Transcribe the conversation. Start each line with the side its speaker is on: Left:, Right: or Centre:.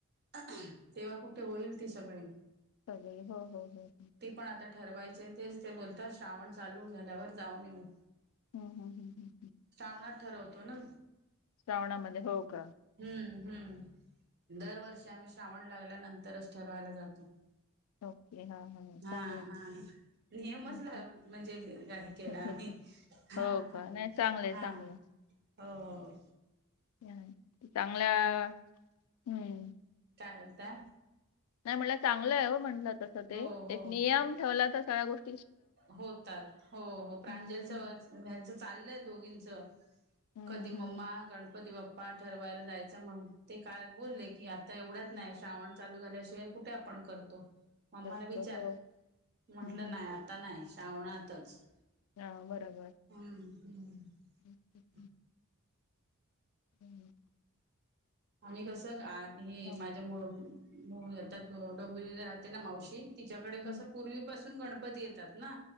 Right: अअखह तेव्हा कुठे होईल ती सगळे
Left: <unintelligible> होहो हो.
Right: पणआता ठरवायचे तेच ते बोलतात श्रावण चालू झाल्यावर जाऊन येऊ.
Left: हम्म हम्म हम्म हम्म
Right: श्रावणात ठरवतो ना?
Left: श्रावणामधे हो का?
Right: हं हं, दरवर्षी आम्ही श्रावण लागल्यानंतरच ठरवायला जातो.
Left: ओके हा
Right: हा
Left: चांगलं आहे
Right: हा, नियमच
Left: हं,
Right: लावून म्हणजे हे केलं
Left: हं.
Right: आम्ही. हा
Left: हो
Right: हा,
Left: का नाही चांगलंय
Right: हा
Left: चांगलंय
Right: होओ.
Left: हं चांगल्या हं
Right: काय वणता?
Left: नाही म्हटलं चांगलं आहे हो म्हंटलं तसं ते,
Right: हो हो
Left: एक नियम ठेवला तर सगळ्या गोष्टी
Right: होतात. हो हो, प्रांजलचं,
Left: हम्म हम्म
Right: यांचं चाललंय दोघींचं.
Left: हम्म
Right: कधी
Left: हम्म
Right: मम्मा
Left: हम्म
Right: गणपती बाप पा ठरवायला जायचं म्हणून ते काल बोलले
Left: हम्म,
Right: की आत्ता एवढ्यात
Left: हम्म.
Right: नाही, श्रावण चालू झाल्याशिवाय कुठे आपण करतो? मम्माला
Left: करतो
Right: विचार,
Left: हो
Right: म्हटलं
Left: हम्म हम्म
Right: नाही
Left: हम्म.
Right: आत्ता आता नाही श्रावणातच.
Left: हां बरोबर.
Right: हम्म, हम्म.
Left: ओके
Right: ह
Left: हम्म.
Right: आम्ही कसं गा हे
Left: हो
Right: माझ्या मु मु ह्याच्यात डोंबिवलीला राहते ना मावशी? तिच्याकडे
Left: हम्म
Right: कसं पूर्वीपासून गणपती येतात ना?